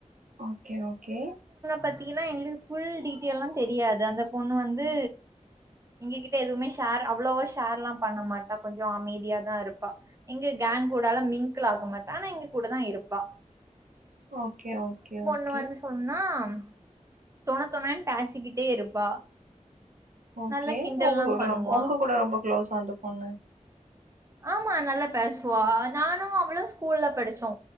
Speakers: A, on the right (about 85°); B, on the right (about 25°).
A: ஓகே ஓகே
B: பாத்தீங்கனா எங்களுக்கு ஃபுல் டீட்டெயல்லா தெரியாது அந்த பொண்ணு வந்து எங்ககிட்ட எதுவ்மே ஷேர் அவ்ளவா ஷேர்ல்லாம் பண்ண மாட்டா கொஞ்சொ அமைதியாதாருப்பா எங்க கேங் கூடலா மிங்கிள் ஆக மாட்டா ஆனா எங்க கூடதா இருப்பா
A: ஓகே ஓகே ஓகே
B: <unintelligible> இது வந்து சொன்னா ஆம் தொண தொணன் பேசிகிட்டே இருப்பா
A: ஓகே
B: நல்ல கிண்டல்லா
A: ஒங்க கூட
B: பண்ணுவா
A: ரொம் ஒங்க கூட ரொம்ப க்ளோஸா அந்த பொண்ணு
B: ஆமா நல்லா பேசுவா நானு அவளு ஸ்கூல்ல படிச்சோ